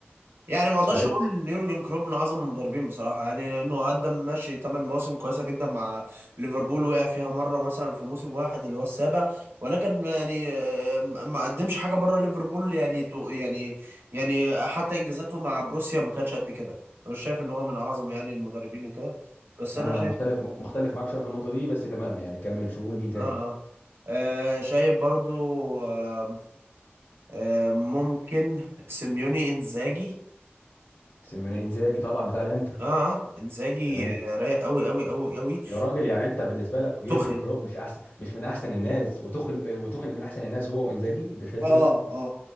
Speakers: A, on the right (about 65°); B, on the left (about 65°).
A: يعني ما اقدرش
B: سباليتي
A: اقول ان يورجن كلوب من اعظم المدربين بصراحه يعني لانه قدم ماشي ثمان مواسم كويسه جدا مع ليفربول وقع فيها مره مثلا في موسم واحد اللي هو السابع ولكن يعني آه، ما قدمش حاجه بره ليفربول يعني تو- يعني يعني حتى انجازاته مع بروسيا ما كانتش قد كده انا مش شايف ان هو من اعظم يعني المدربين وكده بس انا
B: انا
A: شايف
B: مختلف مختلف معاك شويه في النقطه دي بس تمام يعني كمل شو قول مين تاني
A: اه اه آه، شايف برضو آه آه ممكن سيميوني انزاجي
B: سيميوني انزاجي طبعا بتاع الانتر
A: اه اه انزاجي
B: تمام
A: رايق قوي قوي قوي قوي
B: يا راجل يعني انت بالنسبه لك يورجن
A: تخل
B: كلوب مش احسن مش من احسن الناس وتخل وتخل من احسن الناس هو وانزاجي انت شايف
A: اه
B: كده
A: اه